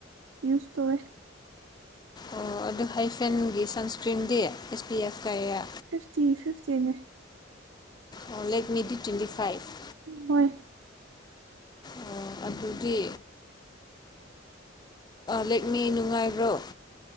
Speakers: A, on the right; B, on the left.
A: ꯌꯨꯁ ꯇꯧꯋꯦ
B: ꯑꯣ ꯑꯗꯨ ꯍꯥꯏꯐꯦꯟꯒꯤ ꯁꯟꯁꯀ꯭ꯔꯤꯟꯗꯤ ꯑꯦꯁ ꯄꯤ ꯑꯦꯐ ꯀꯩꯌꯦ
A: ꯐꯤꯞꯇꯤ ꯐꯤꯞꯇꯤꯅꯦ
B: ꯑꯣ ꯂꯦꯛꯃꯤꯗꯤ ꯇ꯭ꯋꯦꯟꯇꯤ ꯐꯥꯏꯚ
A: ꯍꯣꯏ
B: ꯑꯣ ꯑꯗꯨꯗꯤ ꯂꯦꯛꯃꯤ ꯅꯨꯡꯉꯥꯏꯕ꯭ꯔꯣ